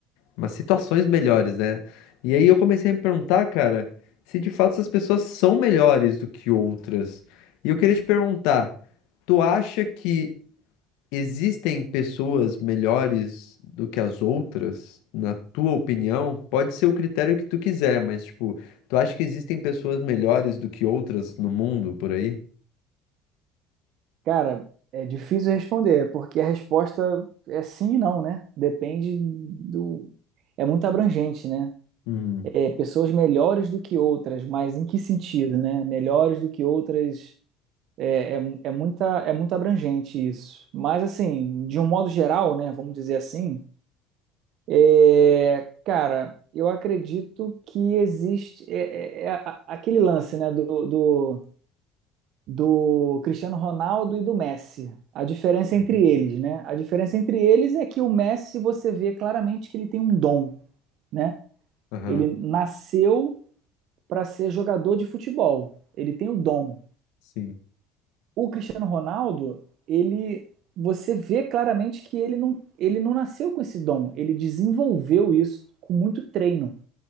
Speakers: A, on the left; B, on the right.
A: Mas situações melhores, né? E aí eu comecei a me perguntar, cara, se de fato essas pessoas são melhores do que outras. E eu queria te perguntar, tu acha que Existem pessoas melhores do que as outras, na tua opinião? Pode ser o critério que tu quiser, mas tipo, tu acha que existem pessoas melhores do que outras no mundo por aí?
B: Cara, é difícil responder, porque a resposta é sim e não, né? Depende do. É muito abrangente, né?
A: Uhum.
B: É, pessoas melhores do que outras, mas em que sentido, né? Melhores do que outras. É, é, mu- é muita, é muito abrangente isso. Mas, assim, de um modo geral, né? Vamos dizer assim, é, cara, eu acredito que existe. É, é- é a- aquele lance, né? do, do- do Cristiano Ronaldo e do Messi. A diferença
A: Uhum.
B: entre eles, né? A diferença entre eles é que o Messi você vê claramente que ele tem um dom, né?
A: Aham.
B: Ele nasceu para ser jogador de futebol. Ele tem o dom.
A: Sim.
B: O Cristiano Ronaldo, ele você vê claramente que ele não, ele não nasceu com esse dom, ele desenvolveu isso com muito treino,